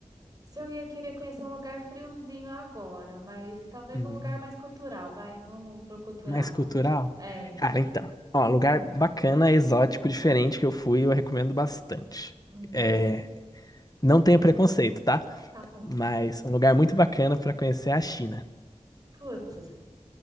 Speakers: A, on the right; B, on the left.
A: se eu ia querer conhecer um lugar friozinho agora, mas talvez
B: Hum.
A: um lugar mais cultural, vai, vamos pro cultural.
B: Mais cultural?
A: É,
B: Cara, então. Ó, lugar bacana, exótico, diferente que eu fui, eu recomendo bastante.
A: hum,
B: É, não tenho preconceito, tá?
A: tá bom.
B: Mas um lugar muito bacana pra conhecer é a China.
A: Putz,